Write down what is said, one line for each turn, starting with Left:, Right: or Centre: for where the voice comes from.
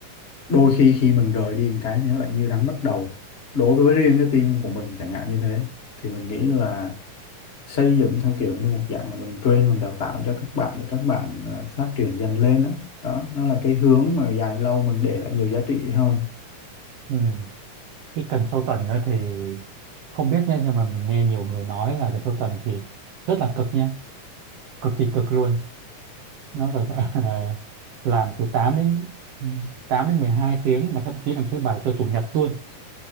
Left: đôi khi khi mình rời đi một cái thì nó lại như đánh mất đầu đối với riêng cái team của mình chẳng hạn như thế thì mình nghĩ là xây dựng theo kiểu như một dạng là mình train mình đào tạo cho các bạn để các bạn ờ, phát triển dần lên đó. Đó, nó là cái hướng mà dài lâu mình để lại nhiều giá trị hơn.
Right: ừ. cái cần sâu tần á thì không biết nha nhưng mà mình nghe nhiều người nói là cần sâu tần thì rất là cực nha cực kỳ cực luôn nó phải gọi là <laughs> làm từ 8 đến ừ, tám đến 12 tiếng mà thậm chí làm thứ bảy cho chủ nhật luôn